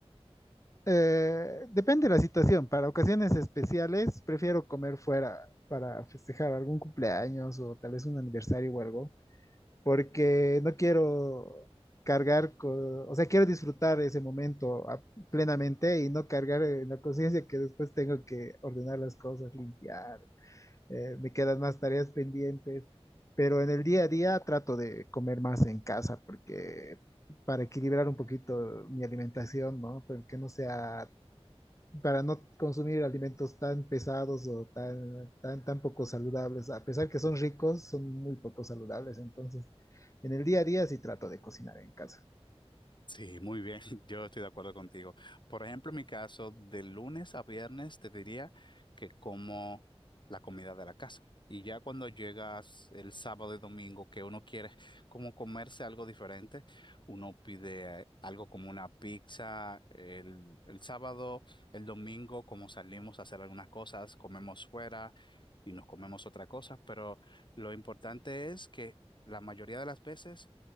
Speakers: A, on the left; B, on the left.
A: Eh, depende de la situación. Para ocasiones especiales, prefiero comer fuera para festejar algún cumpleaños o tal vez un aniversario o algo, porque no quiero cargar, co- o sea, quiero disfrutar ese momento a- plenamente y no cargar en la conciencia que después tengo que ordenar las cosas, limpiar, eh, me quedan más tareas pendientes, pero en el día a día trato de comer más en casa porque para equilibrar un poquito mi alimentación, ¿no? Pero que no sea para no consumir alimentos tan pesados o tan, tan, tan poco saludables. A pesar que son ricos, son muy poco saludables. Entonces, en el día a día sí trato de cocinar en casa.
B: Sí, muy bien, <laughs> yo estoy de acuerdo contigo. Por ejemplo, en mi caso, de lunes a viernes te diría que como la comida de la casa. Y ya cuando llegas el sábado y domingo, que uno quiere como comerse algo diferente, uno pide eh, algo como una pizza el, el sábado, el domingo, como salimos a hacer algunas cosas, comemos fuera y nos comemos otra cosa. Pero lo importante es que la mayoría de las veces